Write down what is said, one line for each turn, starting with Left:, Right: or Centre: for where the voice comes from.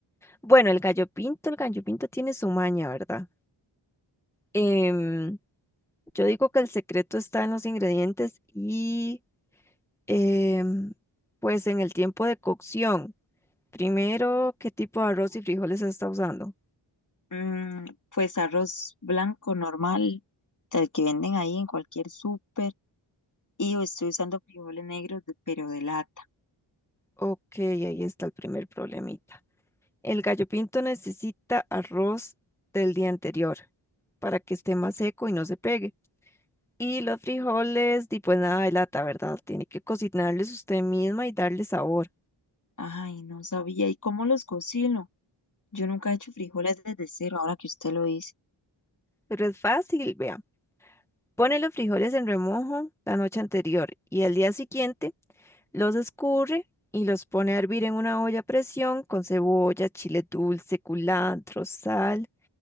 Centre: Bueno, el gallo pinto, el gallo pinto tiene su maña, ¿verdad? Em, yo digo que el secreto está en los ingredientes y em, pues en el tiempo de cocción. Primero, ¿qué tipo de arroz y frijoles está usando?
Left: Mm, pues arroz blanco normal, el que venden ahí en cualquier súper. Y yo estoy usando frijoles negros, de- pero de lata.
Centre: Ok, ahí está el primer problemita. El gallo pinto necesita arroz del día anterior para que esté más seco y no se pegue. Y los frijoles, di, pues nada de lata, ¿verdad? Tiene que cocinarles usted misma y darle sabor.
Left: Ay, no sabía. ¿Y cómo los cocino? Yo nunca he hecho frijoles desde cero, ahora que usted lo dice.
Centre: Pero es fácil, vea. Pone los frijoles en remojo la noche anterior y al día siguiente los escurre y los pone a hervir en una olla a presión con cebolla, chile dulce, culantro, sal.